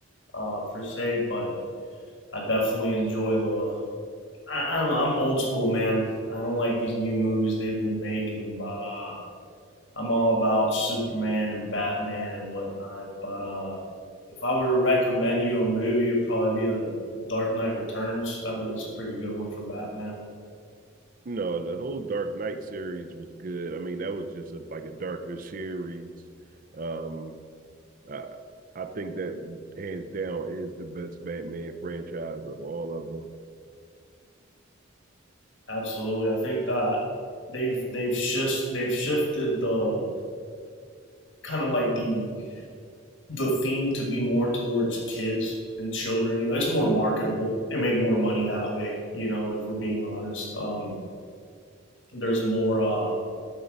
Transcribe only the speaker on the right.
No, the whole Dark Knight series was good. I mean, that was just a, like a darker series. Um, Uh, I think that hands down is the best Batman franchise of all of them.